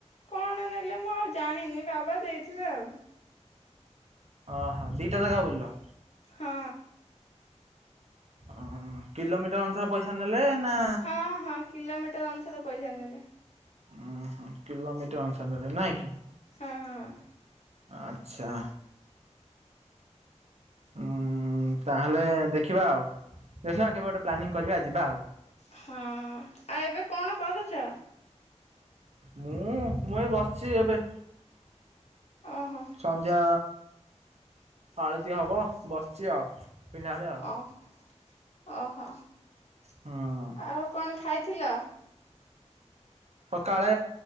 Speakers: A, on the left; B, on the right.
A: କଣ ନେଲେ ମୁଁ ଆଉ ଜାଣିନି ବାବା ଦେଇଥିବେ ଆଉ।
B: ଓହୋ ଦିଟା ଜାଗା ବୁିଲିଲ?
A: ହଁ।
B: ଓ କିଲୋମିଟର ଅନୁସାରେ ପଇସା ନେଲେ ନା
A: ହଁ ହଁ କିଲୋମିଟର ଅନୁସାରେ ପଇସା ନେଲେ।
B: ଉ ହୁଁ କିଲୋମିଟର ଅନୁସାରେ ନାଇଁ କି?
A: ହଁ।
B: ଆଚ୍ଛା। ହୁଁ ତାହେଲେ ଦେଖିବା ଆଉ? ଦେଖିବା କେବେ ଗୋଟେ ପ୍ଲାନିଂ କରିବା ଯିବା ଆଉ?
A: ହଁ। ଆଉ ଏବେ କଣ କରୁଛ?
B: ମୁଁ ମୁଁ ଏ ବସିଛି ଏବେ।
A: ଓହୋ।
B: ସନ୍ଧ୍ୟା ଆଳତି ହେବ ବସିଛି ଆଉ। ପିଣ୍ଡାରେ ଆଉ
A: ଓହୋ ଓହୋ।
B: ହୁଁ
A: ଆଉ କଣ ଖାଇଥିଲ?
B: ସକାଳେ